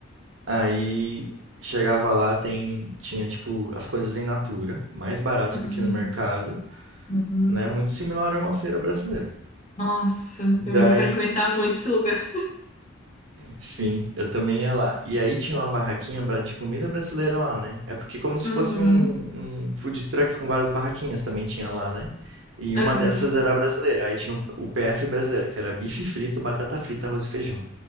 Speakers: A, on the right; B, on the left.
A: aí chegava lá, tem, tinha tipo as coisas em natura, mais barato
B: Uhum.
A: do que no mercado,
B: Uhum.
A: né? Muito similar a uma feira brasileira.
B: Nossa,
A: Daí,
B: eu vou frequentar muito esse lugar.
A: sim, eu também ia lá. E aí tinha uma barraquinha bra- de comida brasileira lá, né? É porque como se
B: Uhum.
A: fosse um, um food truck com várias barraquinhas também tinha lá, né? E
B: Aham.
A: uma dessas era brasileira. Aí tinha o, o PF brasileiro, que era bife frito, batata frita, arroz e feijão.